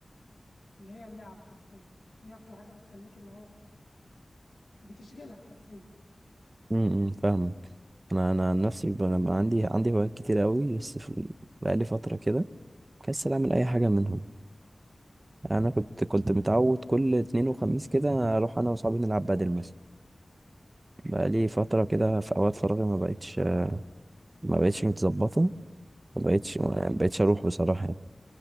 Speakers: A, on the left; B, on the right.
A: اللي هي اللعب حرفيا هي أكتر حاجة بتخليك اللي هو بتشغلك حرفيا
B: امم فاهم انا انا عن نفسي ب- انا بقى عندي عندي هوايات كتير قوي بس في ال- بقالي فتره كده كسل اعمل اي حاجه منهم يعني انا كنت كنت متعود كل اتنين وخميس كده اروح انا وصحابي نلعب بدل مثلا بقالي فتره كده في اوقات فراغي ما بقتش ما بقتش متظبطه ما بقتش ما بقتش اروح بصراحه يعني.